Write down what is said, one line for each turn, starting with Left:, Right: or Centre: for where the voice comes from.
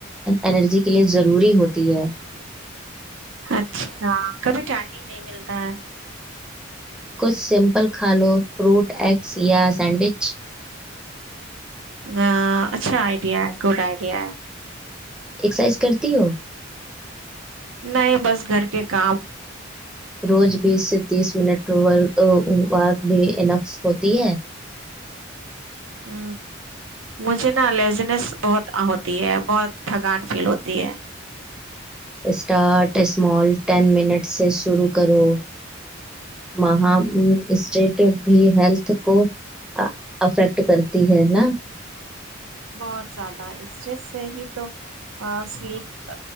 Centre: ارجی کے لیے ضروری ہوتی ہے
Right: اچھا کبھی ٹائم ہی نہیں ملتا ہے
Centre: کچھ سمپل کھا لو فروٹ ایگس یا سینڈوچ
Right: ا اچھا آئیڈیا ہے گڈ آئیڈیا ہے
Centre: ایکسرسائز کرتی ہو
Right: نہیں بس گھر کے کام
Centre: روز بیس سے تیس منٹ و بھی انقس ہوتی ہے
Right: ہ مجھے نا لیزنیس بہت ہوتی ہے بہت تھکان فیل ہوتی ہے
Centre: اسٹارٹ اسمال ٹین منٹ سے شرو کرو م اسٹیٹ بھی ہیلتھ کو افیکٹ کرتی ہے نا
Right: بہت زیادہ اسٹریس سے ہی تو سلیپ